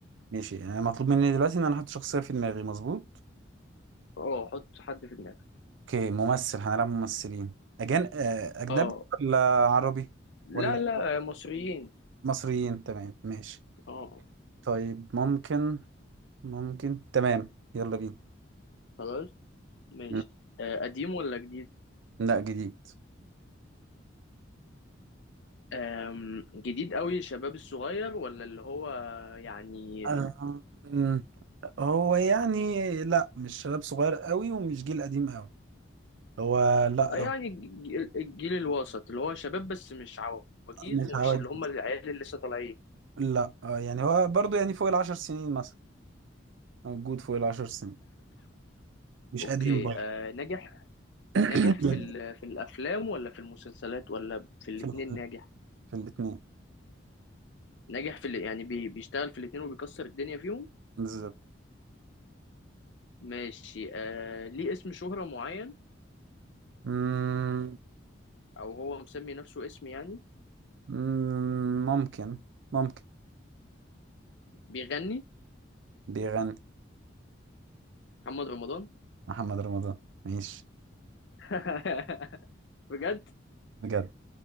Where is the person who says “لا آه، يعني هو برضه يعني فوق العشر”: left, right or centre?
Right